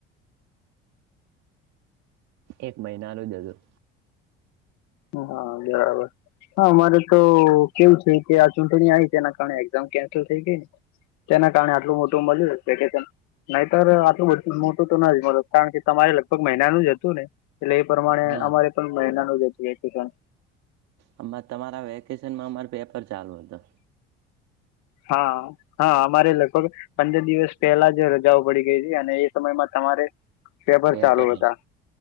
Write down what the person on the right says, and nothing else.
એક મહિનાનું જ હ હતું.
હા
આમાં તમારા વેકેશનમાં અમાર પેપર ચાલુ હતા.
પેપર